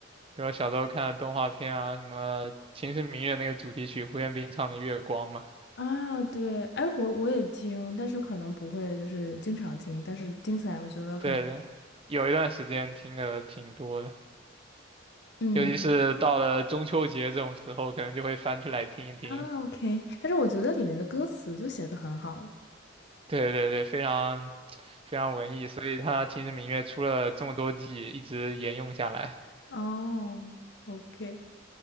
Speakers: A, on the right (about 30°); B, on the left (about 60°).
A: 比如小时候看的动画片啊，什么《秦时明月》那个主题曲，胡彦斌唱的《月光》嘛。
B: 啊。对，哎，我我也听，但是可能不会就是经常听，但是听起来我觉得很
A: 对对，有一段时间听的挺多的。
B: 嗯
A: 尤其是到了中秋节这种时候，可能就会翻出来听一听。
B: 啊 OK，但是我觉得里面的歌词就写的很好。
A: 对对对，非常非常文艺，所以他《秦时明月》出了这么多季，一直沿用下来。
B: 哦，OK，